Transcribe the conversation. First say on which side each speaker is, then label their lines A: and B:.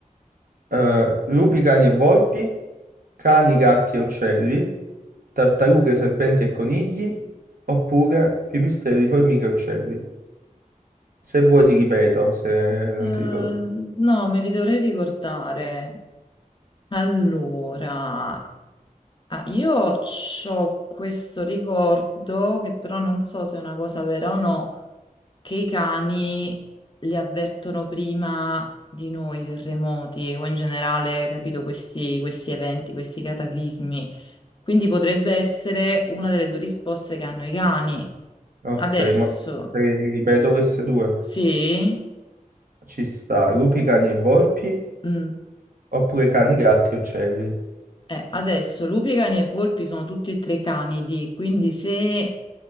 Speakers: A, on the right; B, on the left.
A: Eh, lupi, cani e volpi, cani, gatti e uccelli, tartarughe, serpenti e conigli, oppure pipistrelli, formiche e uccelli. Se vuoi ti ripeto, se non
B: Eh,
A: ti ricordi.
B: no, me li dovrei ricordare. Allora, ah, io ho questo ricordo che però non so se è una cosa vera o no, che i cani li avvertono prima di noi, i terremoti o in generale, capito, questi, questi eventi, questi cataclismi. Quindi potrebbe essere una delle due risposte che hanno i cani.
A: Ok,
B: Adesso,
A: ma te le ripeto queste due.
B: sì?
A: Ci sta lupi, cani e volpi,
B: Mm.
A: oppure cani, gatti e uccelli.
B: Eh, adesso lupi, cani e volpi sono tutti e tre canidi, quindi se,